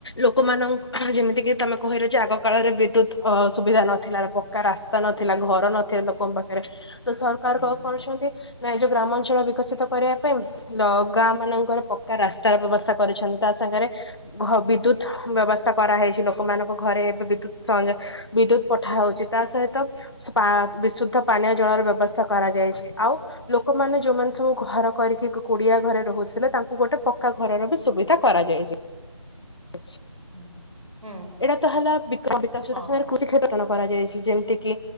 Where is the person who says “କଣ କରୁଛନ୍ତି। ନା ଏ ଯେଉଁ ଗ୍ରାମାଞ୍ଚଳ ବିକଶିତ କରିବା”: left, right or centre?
Left